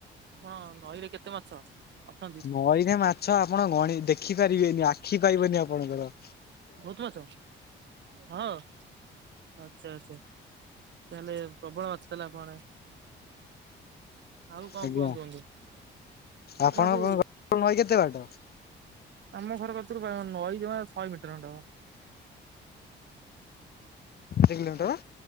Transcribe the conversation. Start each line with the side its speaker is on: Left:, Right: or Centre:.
Right: ହଁ ନଈରେ କେତେ ମାଛ? ଅଛନ୍ତି
Left: ନଈରେ ମାଛ ଆପଣ ଗଣି ଦେଖିପାରିବେନି ଆଖି ପାଇବନି ଆପଣଙ୍କର।
Right: ଭଉତୁ ମାଛ ହଁ। ଆଚ୍ଛା ଆଚ୍ଛା ତାହେଲେ ପ୍ରବଳ ମାଛ ତାହେଲେ ଆପଣଙ୍କ ଆଡେ। ଆଉ କଣ
Left: ଆଜ୍ଞା
Right: କୁହନ୍ତୁ
Left: ଆପଣଙ୍କ
Right: ବନ୍ଦୁ?
Left: ନଈ କେତେ ବାଟ?
Right: ଆମ ଘର କତିରୁ ବା ନଈ ଜମା ଶହେ ମିଟର ଖଣ୍ଡେ ହେବ।
Left: କେତେ କିଲୋମିଟର?